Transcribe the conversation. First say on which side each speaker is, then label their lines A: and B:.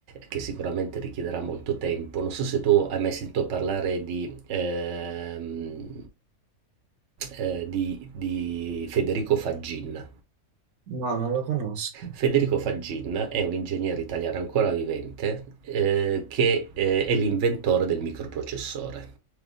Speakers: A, on the right (about 55°); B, on the right (about 75°).
A: che sicuramente richiederà molto tempo. Non so se tu hai mai sentito parlare di, ehm, eh, di- di Federico Faggin.
B: No, non lo conosco.
A: Federico Faggin è un ingegnere italiano ancora vivente, eh, che eh, è l'inventore del microprocessore.